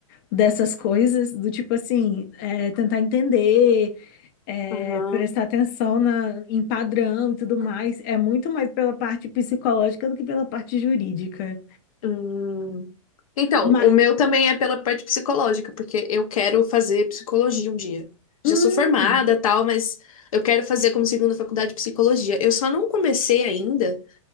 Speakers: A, on the left; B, on the left.
A: Dessas coisas, do tipo assim, é, tentar entender, é,
B: Aham.
A: prestar atenção na, em padrão e tudo mais. É muito mais pela parte psicológica do que pela parte jurídica.
B: Hum. Então,
A: Mas,
B: o meu também é pela parte psicológica, porque eu quero fazer psicologia um dia. Já
A: hum,
B: sou formada, tal, mas eu quero fazer como segunda faculdade de psicologia. Eu só não comecei ainda.